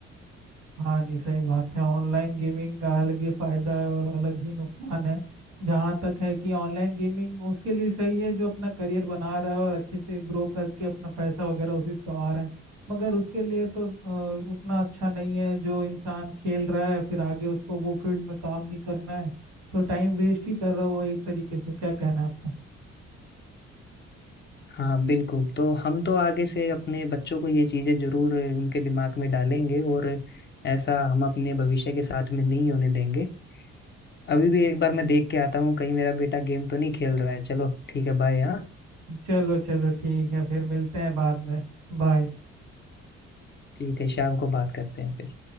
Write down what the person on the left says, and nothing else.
हाँ बिल्कुल तो हम तो आगे से अपने बच्चों को ये चीजें जरूर अ, उनके दिमाग में डालेंगे और ऐसा हम अपने भविष्य के साथ में नहीं होने देंगे अभी भी एक बार मैं देख के आता हूँ कहीं मेरा बेटा गेम तो नहीं खेल रहा है चलो ठीक है बाय हाँ
ठीक है शाम को बात करते हैं फिर